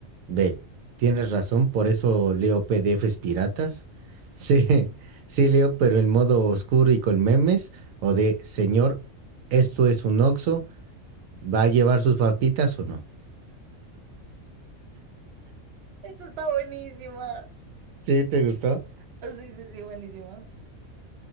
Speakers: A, on the right (about 80°); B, on the right (about 55°).
A: B. Tienes razón, por eso leo PDFs piratas. <laughs> C. Sí leo, pero en modo oscuro y con memes. O D. Señor, esto es un oxo ¿Va a llevar sus papitas o no?
B: Eso está buenísima.
A: ¿Sí te gustó?
B: Sí, sí, sí, buenísima.